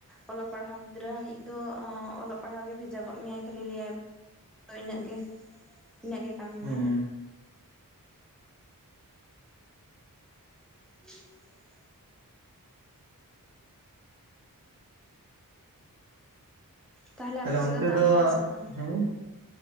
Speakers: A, in the centre; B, on the right.
A: ᱚᱞᱚᱜ ᱯᱟᱲᱦᱟᱣ ᱜᱤᱫᱽᱨᱟᱹ ᱟᱹᱱᱤᱡ ᱫᱚ ᱚᱞᱚᱜ ᱯᱟᱲᱦᱟᱜ ᱜᱮ ᱵᱷᱮᱡᱟ ᱜᱚᱫ ᱢᱮᱭᱟᱭ ᱠᱷᱟᱹᱞᱤ ᱞᱟᱹᱭᱟᱭ ᱟᱫᱚ ᱤᱱᱟᱹᱜ ᱜᱮ ᱤᱱᱟᱹᱜ ᱜᱮ ᱠᱟᱹᱢᱤ
B: ᱦᱮᱸ
A: ᱢᱮ <inaudible> ᱛᱟᱦᱚᱞᱮ
B: ᱛᱟᱦᱞᱮ
A: ᱟᱯᱮ ᱥᱮᱫ
B: ᱚᱱᱛᱮ
A: ᱫᱟᱜ
B: ᱫᱚ
A: ᱠᱮᱜᱼᱟᱭ ᱥᱮ ᱵᱟᱝ
B: ᱦᱮᱸ